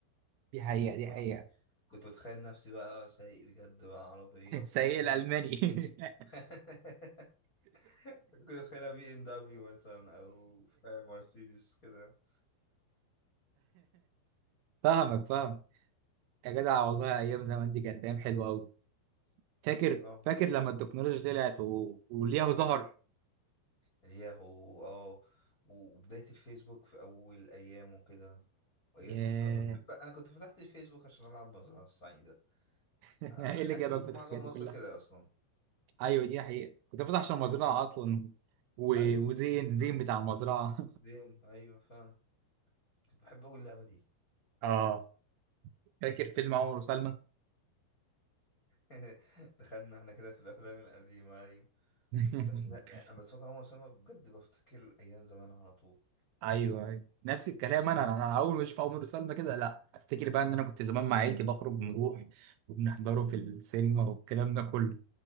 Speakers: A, on the right (about 80°); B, on the left (about 45°).
A: دي حقيقة دي
B: كنت
A: حقيقة
B: كنت بتخيل نفسي بقى سايق بجد بقى عربية
A: <laughs>
B: وكده
A: سيء الألماني <laughs>
B: <laughs> كنت أتخيلها بي إم دبليو مثلا أو فاهم مرسيدس كده
A: فاهمك فاهم يا جدع والله أيام زمان دي كانت أيام حلوة أوي فاكر
B: اه
A: فاكر لما التكنولوجيا طلعت و... ولياهو ظهر
B: ياهو اه وبداية الفيسبوك في أول أيام وكده أيام
A: ياه
B: كنا بحب أنا كنت فتحت الفيسبوك عشان ألعب مزرعة السعيدة
A: <laughs> إيه
B: آه، حاسس
A: اللي جابك
B: إن
A: في الحاجات
B: معظم
A: دي
B: مصر
A: كلها
B: كده أصلا
A: ايوه دي حقيقة كنت فاتح عشان المزرعة اصلا و...
B: أيوة
A: وزين
B: كنت
A: زين بتاع المزرعة
B: دين أيوة فاهم كنت بحب أقول اللعبة دي
A: <laughs> اه فاكر فيلم عمر وسلمى
B: <laughs> دخلنا احنا كده في الأفلام القديمة أيوة
A: <laughs>
B: أفلام يعني أما بتفرج على عمر سلمى بجد بفتكر أيام زمان على طول
A: ايوه ايوه نفس الكلام انا انا اول ما اشوف عمر وسلمى كده لا افتكر بقى ان انا كنت زمان مع عيلتي بخرج ونروح وبنحضره في السينما والكلام ده كله